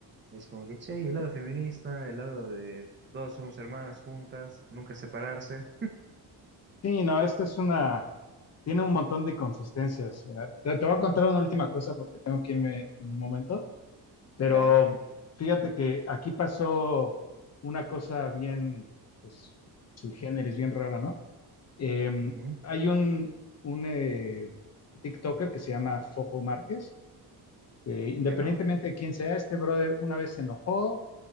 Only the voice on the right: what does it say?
Es como que, che, y el lado feminista, el lado de todas somos hermanas juntas, nunca separarse,
dale,
ujú,
ya,